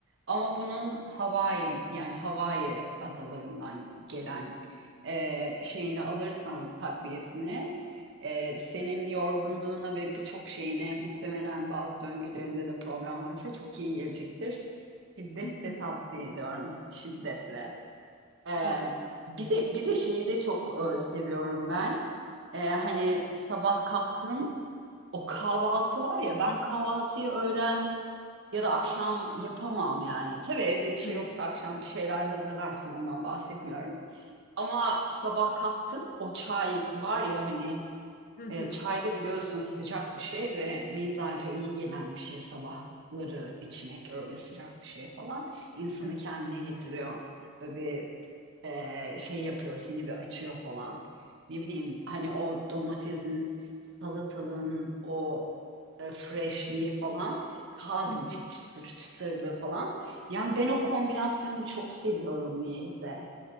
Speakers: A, on the right; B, on the left.
A: Ama bunun Hawaiian yani Hawaii adalarından gelen e, şeyini alırsan takviyesini e, senin yorgunluğuna ve birçok şeyine muhtemelen bazı döngülerinde de problem varsa çok iyi gelecektir. Şiddetle
B: Hı hı.
A: tavsiye ediyorum. Şiddetle. E,
B: Evet.
A: bir de bir de şeyi de çok e, seviyorum ben. E, hani sabah kalktın o kahvaltı var ya ben kahvaltıyı öğlen ya da akşam yapamam yani. Tabii evde bir şey
B: Hı.
A: yoksa akşam bir şeyler hazırlarsın ondan bahsetmiyorum. Ama sabah kalktın o çay var ya hani
B: Hı hı.
A: e, çay da biliyorsunuz sıcak bir şey ve mizaca iyi gelen bir şey sabahları içmek öyle sıcak bir şey falan insanı
B: Evet.
A: kendine getiriyor. Böyle bir e, şey yapıyor seni bir açıyor falan. Ne bileyim hani o domatesin, salatalığın o e, freshliği falan tazecik
B: Hı hı.
A: çıtır çıtırlığı falan. Yani ben o kombinasyonu çok seviyorum niyeyse.